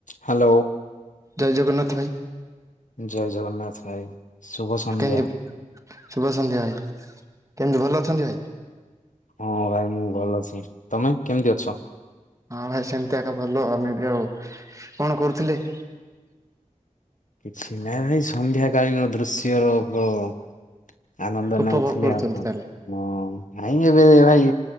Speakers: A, on the left (about 75°); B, on the right (about 25°).
A: Hello.
B: ଜୟ ଜଗନ୍ନାଥ ଭାଇ।
A: ଜୟ ଜଗନ୍ନାଥ ଭାଇ। ଶୁଭ ସନ୍ଧ୍ୟା
B: କେମିତି ଶୁଭ ସନ୍ଧ୍ୟା ଭାଇ କେମିତି ଭଲ ଅଛନ୍ତି ଭାଇ?
A: ହଁ ଭାଇ ମୁଁ ଭଲ ଅଛି ତମେ? କେମିତି ଅଛ?
B: ହଁ ଭାଇ ସେମିତିକା ଭଲ ଆମେ ବି ଆଉ। କଣ କରୁଥିଲେ?
A: କିଛି ନାଇଁ ଭାଇ ସନ୍ଧ୍ୟାକାଳୀନ ଦୃଶ୍ୟର <inaudible> ଆନନ୍ଦ
B: ଉପଭୋଗ
A: ନେଉଥିଲି
B: କରୁଛନ୍ତି
A: ଆଉ କଣ,
B: ତାହେଲେ
A: ମୁଁ ନାଇଁ ଏବେ ଭାଇ